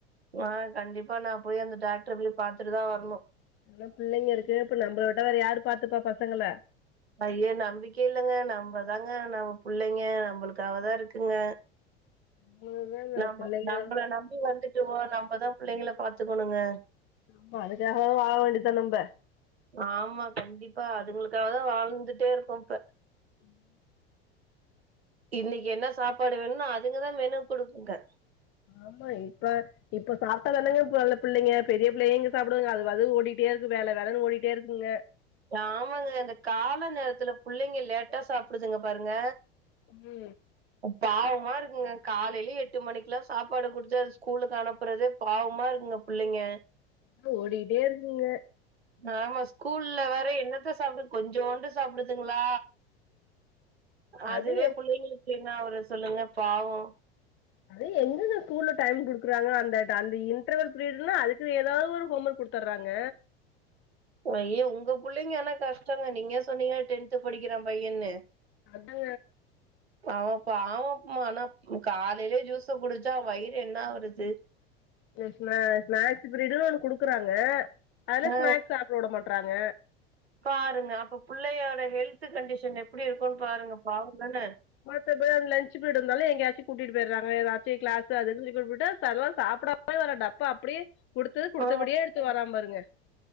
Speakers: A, on the right; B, on the left.
A: ஆ கண்டிப்பா நா போய் அந்த டாக்ட்ர போய் பாத்துட்டு தா வரணு
B: ஆனா பிள்ளைங்க இருக்கு இப்ப நம்ப விட்ட வேற யாரு பாத்துப்பா பசங்கள
A: ஐய நம்பிக்கே இல்லங்க நம்பதாங்க நம்ம பிள்ளைங்க நம்ளுக்காக தா இருக்குங்க
B: நம்மள
A: நம்ம
B: பிள்ளைங்க
A: நம்பள நம்பி வந்து வோ நம்பதா பிள்ளைங்கள பாத்துக்கோணங்க
B: ஆமா அதுக்காக வாழ வேண்டிதா நம்ப
A: ஆமா கண்டிப்பா அதுங்ளுக்காகதா வாழ்ந்துட்டே இருக்கோ இப்ப
B: ம்
A: இன்னக்கி என்ன சாப்பாடு வேணும்னு அதுங்கதா மெனு குடுக்குங்க
B: ஆமா இப்ப இப்ப சாப்ட்டா தானங்க ப புள்ளைங்க பெரிய புள்ளையே இங்க சாப்டுதுங்க அது அது ஓடிகிட்டே இருக்கு வேலை வேலன்னு ஓடிட்டே இருக்குங்க
A: ஆமாங்க இந்த கால நேரத்துல புள்ளைங்க லேட்டா சாப்டுதுங்க பாருங்க
B: ஒன்னு
A: பாவமா இருக்குங்க காலைலயே எட்டு மணிக்லா சாப்பாடு குடுத்து அது ஸ்கூலுக்கு அனுப்புறதே பாவ்மா இருகுங்க புள்ளைங்க
B: ஆ ஓடிட்டே இருக்குதுங்க
A: ஆமா ஸ்கூல்ல வேற என்னத்த சாப்டு கொஞ்சோண்டு சாப்டுதுங்ளா அதுவே
B: அது
A: புள்ளைங்ளுக்கு என்னா ஆவுரது சொல்லுங்க பாவோ
B: அது எங்கங்க ஸ்கூல்ல டைம் குடுக்குறாங்க அந்த அந்த இன்டர்வல் பீரிட்ன்னா அதுக்கு ஏதாவது ஒரு ஹோம் ஒர்க் குடுத்தர்றாங்க
A: ஐயோ உங்க புள்ளைங்க ஏன்னா கஷ்டங்க நீங்க சொன்னீங்க டென்த் படிக்கிறா பையன்னு
B: அது
A: அவ பாவமா ஆனா ஹு காலைலயே ஜூச குடிச்சா வயிறு என்ன ஆவுரது
B: ஸ்னாக்ஸ் ஸ்னாக்ஸ் பிரியரு குடுக்குறாங்க அதெல
A: ஆ
B: ஸ்னாக்ஸ் சா ஓட மாட்றாங்க
A: பாருங்க அப்ப புள்ளையோட ஹெல்த் கண்டிஷன் எப்டி இருக்கோ பாருங்க பாருங்கன்ன
B: மத்தபடி லன்ச் பீரியட் வந்தாலு எங்காச்சி கூட்டிட்டு போய்றாங்க ஏதாச்சி கிளஸ்சு அதுஇதுனு கூட்டிட்டு சல நேரோ சாப்டாம அப்பயு வர டப்பா அப்டியே குடுத்து குடுத்தபடியே
A: ஆ
B: எடுத்து வரா பாருங்க